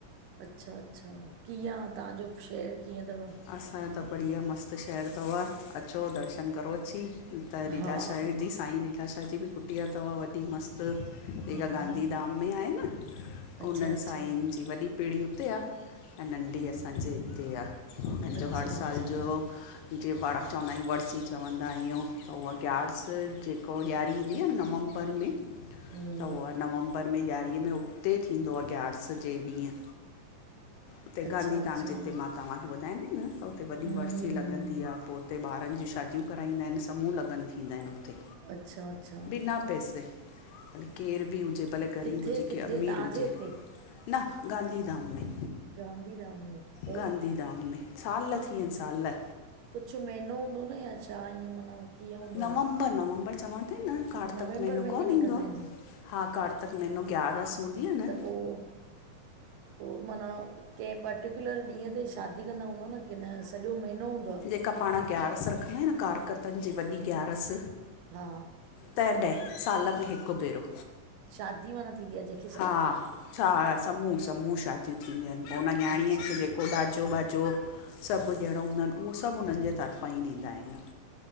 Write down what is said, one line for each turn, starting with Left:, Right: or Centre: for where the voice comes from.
Right: अच्छा अच्छा! कीअं आ, तहांजो शहर कीअं थव?
Left: असांजो त बढ़िया मस्त शहरु थव, अचो दर्शन करो अची। त
Right: हा,
Left: लीलाशाह जी, साईं लीलाशाह जी बि कुटिया थव वॾी मस्त। जेका
Right: हा,
Left: गांधी धाम में आहे न
Right: अच्छा,
Left: उन्हनि
Right: अच्छा,
Left: सांई वॾी पीढ़ी उते आ ऐं नंढी असांजे हिते आ। उन
Right: अच्छा,
Left: जो हर साल
Right: अच्छा,
Left: जो जे पाण चवंदा आयूं वरसी चवंदा आयूं त उहा ग्यारस जे त पो ॾियारी ईंदी आ न नवंबर में,
Right: हम्म,
Left: त उहा आ नवंबर बर में ॾियारीअ में उते थींदो आ ग्यार्स जे ॾींह। उते
Right: अच्छा,
Left: गांधी
Right: अच्छा,
Left: धाम जिते
Right: हम्म,
Left: मां तहांखे ॿुधांयां ती न त हुते वॾी
Right: हम्म,
Left: वरसी लॻंदी आ, पो हुते ॿारन जी शादियूं कराईंदा आहिन, समूह लॻन थींदा आहिन हुते।
Right: अच्छा अच्छा!
Left: बिना पैसे, भले केर बि हुजे भले ग़रीब
Right: किथे
Left: हुजे
Right: किथे
Left: कि अमीर
Right: तव्हांजे
Left: हुजे।
Right: हिते?
Left: न, गांधीधाम में।
Right: गांधीधाम में पो
Left: गांधीधाम में साल थी विया आहिन, साल।
Right: कुझु महीनो हूंदो न, या छा ईअं माना कीअं हूंदो
Left: नवंबर
Right: आहे?
Left: नवंबर चवां थी न, कार्तिक
Right: नवंबर
Left: महीनो
Right: महीने
Left: कोन
Right: में
Left: ईंदो
Right: कंदा
Left: आ
Right: आहिनि,
Left: हा कारतक महीनो ग्यारस हूंदी आ न
Right: त पोइ पोइ माना कंहिं पर्टिकुयलर ॾींहं ते शादी कंदा हूंदा न, किन सॼो महीनो हूंदो आ?
Left: तां पाण गयारस रखंदा आहियूं, न कारतकनि जी वॾी ग्यारस
Right: हा
Left: तंहिं ॾहें साल में हिकु भेरो
Right: शादी माना थींदी आ, जेका
Left: हा, छा समूह समूह शादिय थींदियूं आहिनि, पोइ हुन न्याणीअ
Right: अच्छा
Left: खे जेके पो ॾाजो ॿाजो, सभु ॾहिड़ो हूंदा आहिनि उहो सभु उन्हनि जे तरफां ई ॾींदा आहिनि।